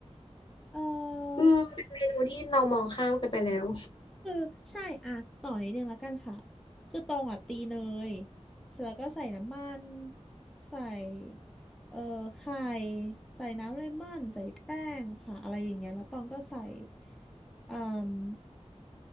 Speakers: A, in the centre; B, on the left.
A: เออ
B: อืมเป็นเมนูที่เรามองข้ามกันไปแล้ว
A: คือใช่อ่ะต่อนิดนึงแล้วกันค่ะคือตองอ่ะตีเนยเสร็จแล้วก็ใส่น้ำมันใส่เอ่อไข่ใส่น้ำเลมอนใส่แป้งค่ะอะไรอย่างเงี้ยแล้วตองก็ใส่อ่